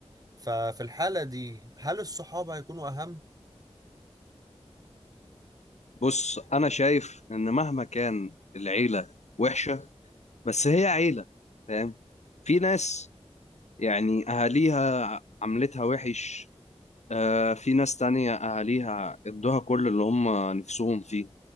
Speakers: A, on the right; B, on the left.
A: ففي الحاله دي هل الصحاب هيكونوا اهم
B: بص انا شايف ان مهما كان العيلة وحشة بس هي عيلة فاهم في ناس يعني اهاليها عملتها وحش آه في ناس تانية اهاليها ادوها كل اللي هم نفسهم فيه